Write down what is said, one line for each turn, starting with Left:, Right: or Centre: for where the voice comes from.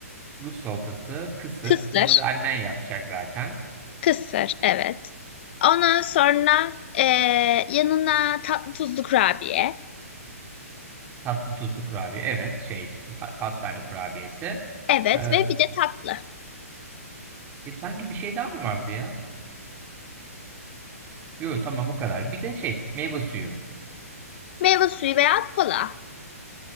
Right: Rus salatası, kısır.
Left: Kısır.
Right: Bunları annen yapacak zaten.
Left: Kısır. Evet. Ondan sonra e, yanına tatlı tuzlu kurabiye.
Right: Tatlı tuzlu kurabiye. Evet şey pa- pastane kurabiyesi.
Left: Evet
Right: E,
Left: ve bir de tatlı.
Right: E, sanki bir şey daha mı vardı ya? Yok tamam bu kadar. Bir de şey meyve suyu.
Left: Meyve suyu veya kola.